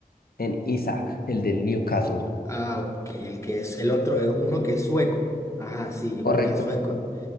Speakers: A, on the left; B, on the left.
A: En Isaac, el del Newcastle.
B: Ah, ok, el que es el otro, eh, uno que es sueco. Ajá, sí,
A: Correcto,
B: uno que es sueco.